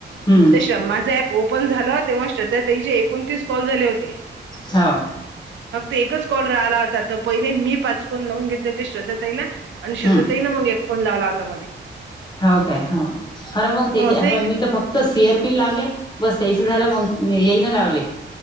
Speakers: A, on the left; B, on the right.
A: हम्म
B: त्या सुद्धा माझा ॲप ओपन झालं तेव्हा श्रद्धा ताईचे एकोणतीस कॉल झाले होते.
A: हो
B: फक्त एकच कॉल राहिला होता तर पहिले मी पाच फोन लावून घेतले होते श्रद्धा तईला. आणि श्रद्धा
A: हम्म
B: ताई न मग एक फोन लावला होता म्हणे.
A: हो काय हो अर मग त्या
B: असं एक
A: मी तर फक्त सेअर पिन लावले बस त्यायचं झालं
B: हं
A: मग मी येईनं लावले